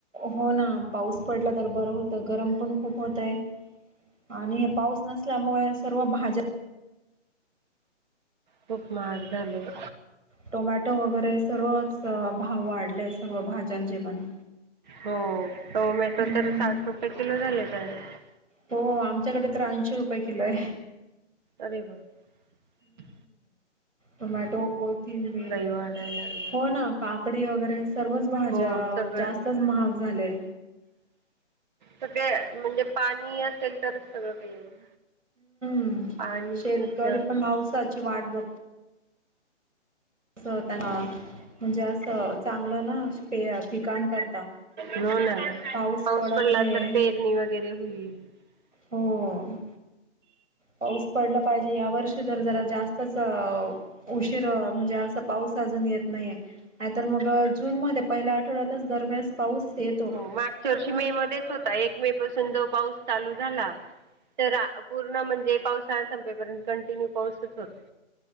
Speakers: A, on the right; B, on the right.
A: हो ना पाऊस पडला तर बरं होतं गरम पण खूप होतय आणि पाऊस नसल्यामुळे सर्व भाज्या
B: खूप महाग झालय.
A: टोमॅटो वगरे सर्वच अं भाव वाढले सर्व भाज्यांचे पण.
B: हो टोमॅटो
A: हम्म
B: तर साठ रुपय किलो झाले डायरेक्ट.
A: हो आमच्याकडे तर ऐंशी रुपय किलो हाय.
B: अरे बाप रे.
A: टोमॅटो, कोथिंबीर
B: वाढायला लागल्या
A: हो ना काकडी वगरे स सर्वच भाज्या
B: हो सगळं
A: जास्तच महाग झाल्या.
B: सगळे म्हणजे पाणी असेल तरच सगळं काय येईल
A: हम्म
B: पाणीच
A: शेतकरी
B: नसल्यावर
A: पण
B: काय
A: पाऊसाची
B: करणार
A: वाट बघत कस त्यांना. म्हणजे असं चांगलं ना <unintelligible> पिकाण करता.
B: हो ना
A: पाऊस पडत
B: पडला
A: नाईये.
B: तर पेरणी <inaudible>
A: हो ओ अ पाऊस पडला पाहिजे या वर्षी तर जरा जास्तच उशीर म्हणजे अस पाऊस अजून येत नाहीे नाही तर मग जून मध्ये पहिल्या आठवड्यातच दरवेेळेस पाऊस येतो
B: हो मागच्या वर्षी मे मध्येच होता एक मे पासून जो पाऊस चालू झाला तर आ पूर्ण म्हणजे पावसाळा संपेपर्यंत कंटिन्यू पाऊसच होता.